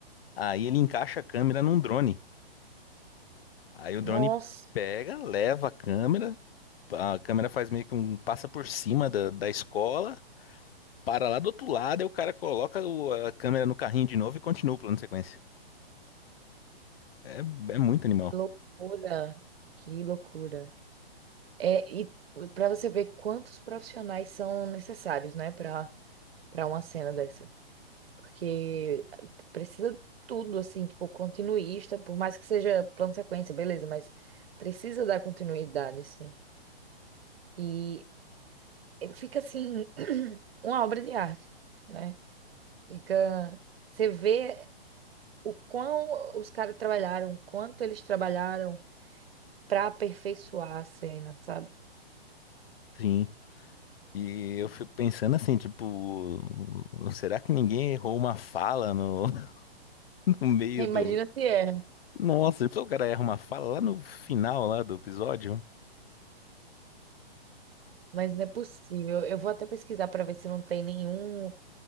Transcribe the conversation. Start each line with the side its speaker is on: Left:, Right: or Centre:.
Left: Aí ele encaixa a câmera num drone. Aí o
Right: Nossa,
Left: drone pega, leva a câmera, a câmera faz meio que um passa por cima da, da escola. para lá do outro lado, aí o cara coloca o- a câmera no carrinho de novo e continua o plano de sequência. É, é muito animal.
Right: que loucura! Que loucura! É, e para você ver quantos profissionais são necessários, né, para para uma cena dessa. Porque eh, precisa tudo, assim, tipo, continuista, por mais que seja plano sequência, beleza, mas precisa dar continuidade, assim. E eh, fica, assim, <clears throat> uma obra de arte, né? Fica. Você vê o quão os caras trabalharam, quanto eles trabalharam para aperfeiçoar a cena, sabe?
Left: Sim. E eu fico pensando assim, tipo, será que ninguém errou uma fala no, <laughs> no meio
Right: <laughs>
Left: do.
Right: Imagina se é
Left: Nossa, depois o cara erra uma fala lá no final lá do episódio.
Right: Mas não é possível. Eu vou até pesquisar para ver se não tem nenhum